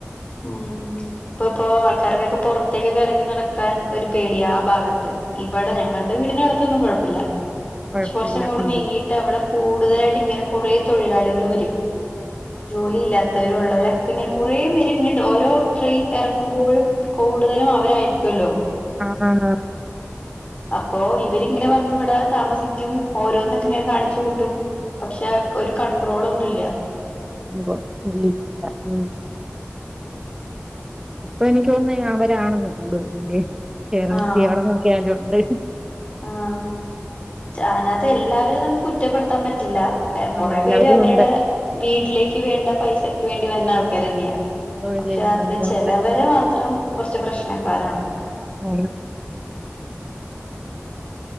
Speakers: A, on the left; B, on the right.
A: ഉം ഇപ്പൊ ഇപ്പോ ആൾക്കാർക്കൊക്കെ പുറത്തേക്കൊക്കെ ഇറങ്ങി നടക്കാൻ ഒരു പേടിയാ ആ ഭാഗത്ത് ഇവിടെ ഞങ്ങളുടെ വീടിന ടത്തൊന്നും കുഴപ്പില്ല
B: കൊഴപ്പില്ല.
A: പക്ഷെ കുറച്ചും കൂടെ
B: ആഹ്.
A: നീങ്ങീട്ട് അവിടെ കൂടുതലായിട്ട് ഇങ്ങനെ കുറെ തൊഴിലാളികൾ വരും ജോലി ഇല്ലാത്തവരുള്ളവർ ഇക്കെ ഇങ്ങനെ കൊറേ പേര് ഇങ്ങനട്ട് ഓരോ ട്രെയിൻ ഇറങ്ങുമ്പോഴും കൂടുതലും അവരായിരിക്കുമല്ലോ
B: ആഹ് ആ ആ
A: അപ്പോ ഇവരിങ്ങനെ വന്ന് ഇവിട താമസി ക്കും ഓരോന്നൊക്കെ ങ്ങനെ കാണിച്ചു കൂട്ടും പക്ഷെ ഒരു കൺട്രോൾ ഒന്നുംല്ല
B: നോ ഇല്ലഗല്ല ഉം ഇപ്പൊ എനിക്ക് തോന്ന അവരാണെന്ന് കൂടുതലില്ലേ കേരളത്തില്
A: ആഹ്
B: നോക്കി എവിടെ നോക്കിയാലുംണ്ട്
A: ആഹ് അതിനകത്ത് എല്ലാവരും നമുക്ക് കുറ്റപ്പെടുത്താൻ പറ്റില്ല കൊറെ
B: ആഹ് നല്ലവരും
A: പേര് അവരുടെ
B: ഉണ്ട്.
A: വീട്ടിലേക്ക് വേണ്ട പൈസക്ക് വേണ്ടി വന്ന ആൾ പേരെന്നെയാ
B: തൊഴിൽ
A: പക്ഷെ
B: ചെയ്യുന്നവരും
A: അതില് ചെലവരെ
B: ഉണ്ട്.
A: മാത്രം കുറച്ച് പ്രശ്നക്കാരാണ്
B: ആ